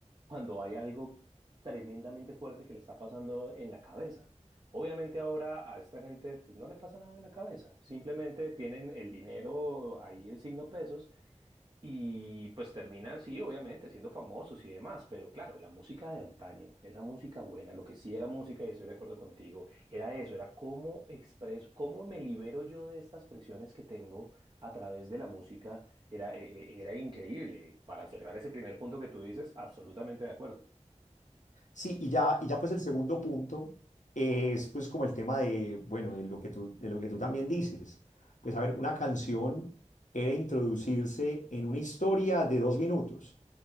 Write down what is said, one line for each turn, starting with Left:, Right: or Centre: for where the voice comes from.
Right: cuando hay algo tremendamente fuerte que le está pasando en la cabeza. Obviamente ahora a esta gente pues no le pasa nada en la cabeza, simplemente tienen el dinero ahí el signo pesos y pues terminan, sí, obviamente siendo famosos y demás, pero claro, la música de antaño, esa música buena, lo que sí era música y estoy de acuerdo contigo, era eso, era cómo expreso, cómo me libero yo de estas presiones que tengo a través de la música, era, e- e- era increíble. Para cerrar ese primer punto que tú dices, absolutamente de acuerdo.
Left: Sí, y ya, y ya pues el segundo punto es pues como el tema de, bueno, de lo que tú, de lo que tú también dices. Pues a ver, una canción era introducirse en una historia de dos minutos,